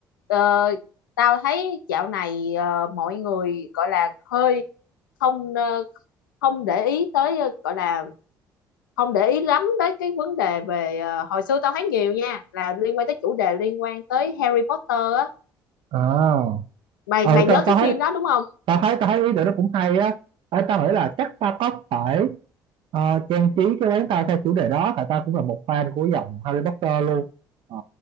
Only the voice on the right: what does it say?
à
ờ
tao
tao thấy
tao thấy tao thấy ý tưởng đó cũng hay á Ê, tao nghĩ là chắc ta có thể ờ, trang trí cái quán tao theo chủ đề đó tại tao cũng là một fan của dòng Harry Potter luôn Ờ,